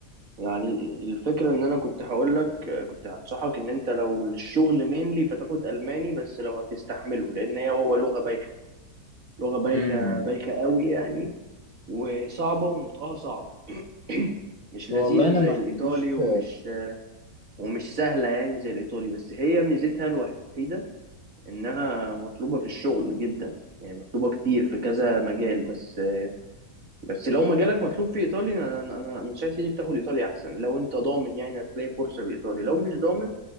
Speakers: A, on the right; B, on the left.
A: يعني الفكرة ان انا كنت هقول لك كنت هنصحك ان انت لو للشغل مينلي فتاخد الماني بس لو هتستحمله لان هي هو لغة بايخة لغة بايخة
B: امم
A: بايخة قوي يعني وصعبة ونطقها صعب <clears throat> مش
B: والله
A: لذيذة
B: انا
A: زي
B: ما عنديش
A: الايطالي ومش ومش سهلة يعني زي الايطالي بس هي ميزتها الوحيدة انها مطلوبة في الشغل جدا يعني مطلوبة كتير في كذا مجال بس بس لو مجالك مطلوب في ايطالي انا انا انا أنا نصيحتي ليك تاخد ايطالي احسن لو انت ضامن يعني هتلاقي فرصة بايطالي لو مش ضامن